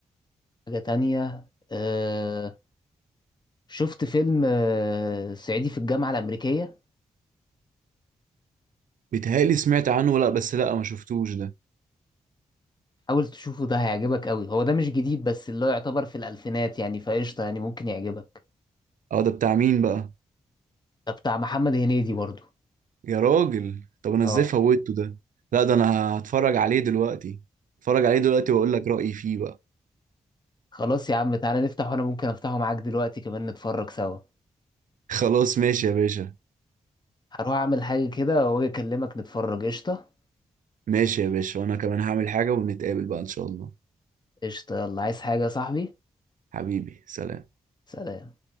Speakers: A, on the left; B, on the right.
A: حاجة تانية آه شفت فيلم آه صعيدي في الجامعة الأمريكية
B: بيتهيألي سمعت عنه لا بس لا ما شفتوش ده
A: حاول تشوفه ده هيعجبك قوي هو ده مش جديد بس اللي هو يعتبر في الألفينات يعني فقشطة يعني ممكن يعجبك
B: اه ده بتاع مين بقى
A: ده بتاع محمد هنيدي برضو
B: يا راجل طب انا
A: اه
B: ازاي فوتته ده لا ده انا هتفرج عليه دلوقتي هتفرج عليه دلوقتي واقول لك رأيي فيه بقى
A: خلاص يا عم تعالى نفتح وأنا ممكن أفتحه معاك دلوقتي كمان نتفرج سوا
B: <laughs> خلاص ماشي يا باشا
A: هروح أعمل حاجة كده وأجي أكلمك نتفرج قشطة
B: ماشي يا باشا وانا كمان هعمل حاجة ونتقابل بقى ان شاء الله
A: قشطة يلا عايز حاجة يا صاحبي
B: حبيبي سلام
A: سلام